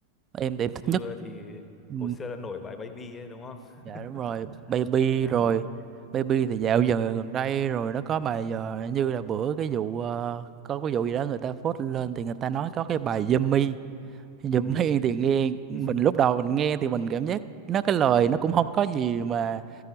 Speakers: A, on the right; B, on the left.
A: em thì em
B: Justin
A: thích nhất
B: Bieber thì
A: ừ,
B: hồi xưa là nổi bài Baby ấy đúng không
A: dạ đúng rồi
B: <laughs>
A: baby
B: đấy
A: rồi baby thì dạo giờ gần đây rồi nó có bài giờ như là bữa cái vụ ờ, có cái vụ gì đó người ta phốt lên thì người ta nói có cái bài Yummy Yummy
B: ừ
A: <laughs> thì nghe mình
B: <laughs>
A: lúc đầu mình nghe thì mình cảm giác nó cái lời nó cũng không có gì mà